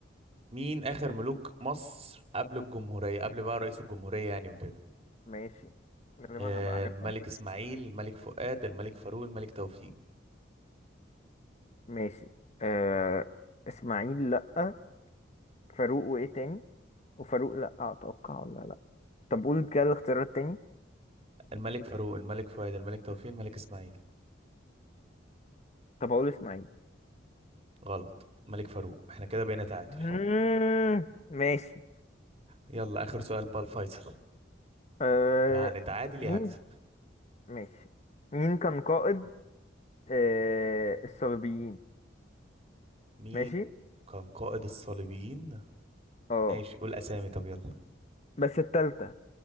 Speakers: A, on the right; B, on the left.
A: مين اخر ملوك مصر قبل الجمهورية قبل بقى رئيس الجمهورية يعني وكده
B: ماشي غالبا
A: آه،
B: هبقى عارفها
A: الملك اسماعيل الملك فؤاد الملك فاروق الملك توفيق
B: ماشي أه إسماعيل لأ فاروق وإيه تاني وفاروق لأ أتوقع ولا لأ طب قول كده الاختيارات تاني
A: الملك فاروق الملك فؤاد الملك توفيق الملك اسماعيل
B: طب اقول اسماعيل
A: غلط الملك فاروق احنا كده بقينا تعادل
B: مم، ماشي
A: يلا اخر سؤال بقى الفيصل
B: أه
A: يعني تعادل
B: مين
A: يا هكسب
B: ماشي مين كان قائد أه الصليبيين
A: مين
B: ماشي
A: كان قائد الصليبيين
B: اه
A: ماشي قول اسامي طب يلا
B: بس التالتة